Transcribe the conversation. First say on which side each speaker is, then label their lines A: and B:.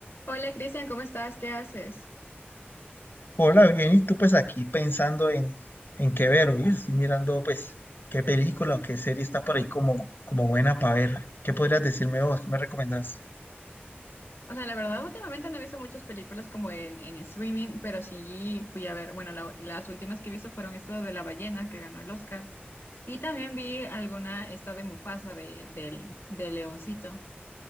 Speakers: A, on the left; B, on the left.
A: Hola Cristian, ¿cómo estás? ¿Qué haces?
B: Hola, bien, y tú pues aquí pensando en, en qué ver, oye, Estoy mirando pues qué película o qué serie está por ahí como, como buena para ver. ¿Qué podrías decirme vos? ¿Qué me recomendás?
A: O sea, la verdad, últimamente no he visto muchas películas como en, en streaming, pero sí fui a ver, bueno, la- las últimas que he visto fueron esta de La Ballena, que ganó el Oscar, y también vi alguna, esta de Mufasa, de, del, de Leoncito,